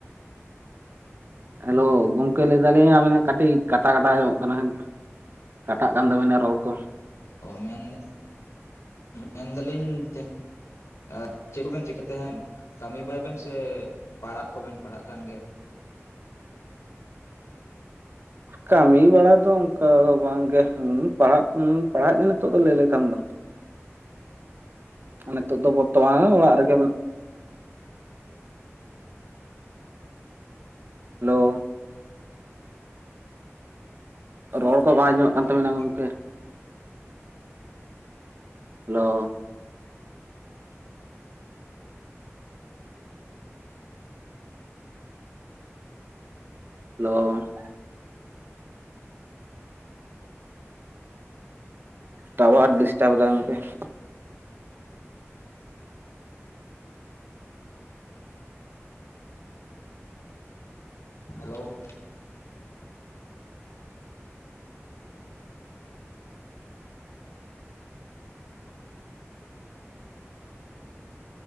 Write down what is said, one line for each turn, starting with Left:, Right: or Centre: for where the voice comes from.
Right: ᱦᱮᱞᱳ ᱜᱚᱝᱠᱮ ᱞᱟᱹᱭ ᱫᱟᱞᱤᱧ ᱟᱵᱮᱱᱟᱜ ᱠᱟᱴᱤᱡ ᱠᱟᱴᱟ ᱠᱟᱴᱟ ᱟᱸᱡᱚᱢᱚᱜ ᱠᱟᱱᱟ, ᱠᱟᱴᱟᱜ ᱠᱟᱱ ᱛᱟᱵᱤᱱᱟ ᱨᱚᱲ ᱠᱚ ᱾
Left: ᱚ ᱢᱮᱱ ᱫᱟ ᱢᱮᱱᱫᱟᱞᱤᱧ ᱡᱮ ᱟᱨ ᱪᱮᱫ ᱠᱚᱵᱮᱱ ᱪᱤᱠᱟᱹ ᱛᱟᱸᱦᱮᱱ, ᱠᱟᱹᱢᱤ ᱵᱟᱲᱟᱭ ᱵᱮᱱ ᱥᱮ ᱯᱟᱲᱦᱟᱜ ᱠᱚᱵᱮᱱ ᱯᱟᱲᱦᱟᱜ ᱠᱟᱱ ᱜᱮᱭᱟ? <inaudible>
Right: ᱠᱟᱹᱢᱤ ᱵᱟᱲᱟ ᱫᱚ ᱚᱱᱠᱟ ᱫᱚ ᱵᱟᱝᱜᱮ, ᱯᱟᱲᱦᱟᱜ ᱯᱟᱲᱦᱟᱜ ᱜᱮ ᱱᱤᱛᱚᱜ ᱫᱚ ᱞᱟᱹᱭ ᱞᱮᱠᱷᱟᱱ ᱫᱚ ᱾ ᱟᱨ ᱱᱤᱛᱳᱜ ᱫᱚ ᱵᱚᱨᱛᱚᱢᱟᱱ ᱚᱲᱟᱜ ᱨᱮᱜᱮ ᱵᱚᱱ ᱦᱮᱞᱳ ᱨᱚᱲ ᱠᱚ ᱵᱟᱝ ᱟᱸᱡᱚᱢᱚᱜ ᱠᱟᱱ
Left: ᱦᱮᱞᱳ
Right: ᱛᱟᱵᱮᱱᱟ ᱜᱚᱝᱠᱮ, ᱦᱮᱞᱳ ᱦᱮᱞᱳ ᱴᱟᱣᱟᱨ ᱰᱤᱥᱴᱟᱵ ᱫᱟᱭ ᱜᱚᱝᱠᱮ ᱾
Left: Hello